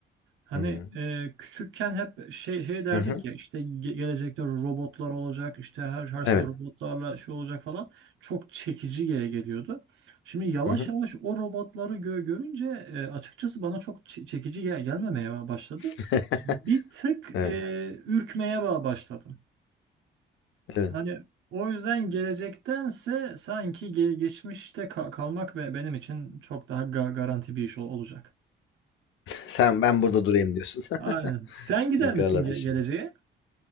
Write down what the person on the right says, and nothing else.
Hani
e, küçükken hep şey şey derdik
ya işte ge- gelecekte robotlar olacak işte her her şey
robotlarla şey olacak falan çok çekici gele- geliyordu. Şimdi yavaş
yavaş o robotları gö görünce e, açıkçası bana çok çe- çekici gel gelmemeye başladı.
Bir tık
e, ürkmeye ba- başladım.
Hani o yüzden gelecektense sanki ge- geçmişte ka- kalmak ve benim için çok daha ga- garanti bir iş ol- olacak.
Aynen. Sen gider
misin ge-
geleceğe?